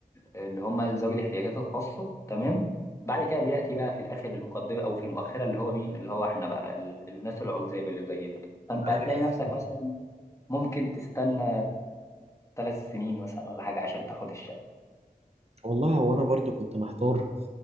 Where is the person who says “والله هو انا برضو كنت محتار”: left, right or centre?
Right